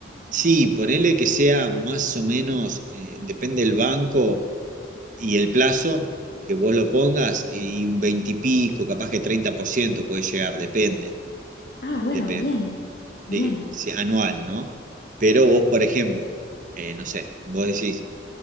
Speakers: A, on the right (about 45°); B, on the left (about 60°).
A: sí, ponele que sea más o menos, eh, depende del banco y el plazo que vos lo pongas y un 20 y pico, capaz que 30% puede llegar, depende,
B: Ah, bueno,
A: depende,
B: bien, bien,
A: sí, sí, anual, ¿no? Pero vos, por ejemplo, eh, no sé, vos decís,